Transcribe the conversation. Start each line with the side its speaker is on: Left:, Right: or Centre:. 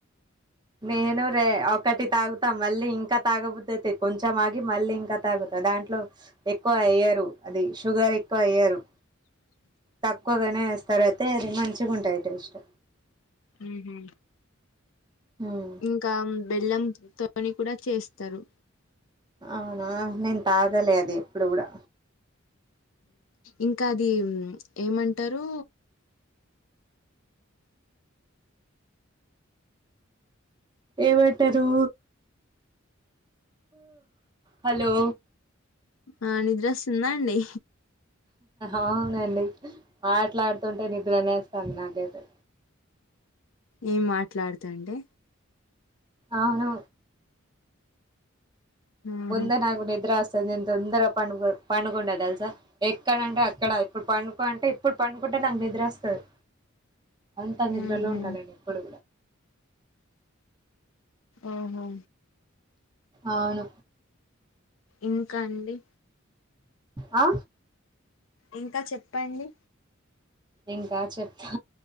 Right: నేనుూ ఒకటి తాగుతా మళ్ళీ ఇంకా తాగబుద్ధి అయితే కొంచెం ఆగి మళ్ళీ ఇంకా తాగుతా దాంట్లో ఎక్కువ ఎయ్యరు అది షుగర్ ఎక్కువ ఎయ్యరు.
Left: <inaudible>
Right: తక్కువగానే వేస్తారు అయితే అది మంచిగా ఉంటాయి టేస్ట్.
Left: మ్ హూ
Right: హ్మ్.
Left: ఇంకా బెల్లం తో కూడా చేస్తారు.
Right: అవునా, నేను తాగలే అది ఎప్పుడు కూడా
Left: ఇంకా అది ఏమంటారు
Right: ఏమంటారు హలో!
Left: ఆ నిద్ర వస్తుందాండి.
Right: అవునండి మాట్లాడుతుంటే నిద్రనేవస్తాంది నాకైతే.
Left: ఏం మాట్లాడుతా అండి
Right: అవును
Left: ఆహా
Right: ముందే నాకు నిద్ర వస్తాది. నేను తొందరగా పడుకుంటా తెల్సా? ఎక్కడ అంటే అక్కడ ఇప్పుడు పండుకో అంటే ఇప్పుడు పండుకుంటే నాకు నిద్ర వస్తాది. అంతా నిద్రలో
Left: ఆహా
Right: ఉంటారండి ఎప్పుడూ
Left: ఆహా!
Right: అవును
Left: ఇంకా అండి
Right: ఆ
Left: ఇంకా చెప్పండి
Right: ఇంకా చెప్తా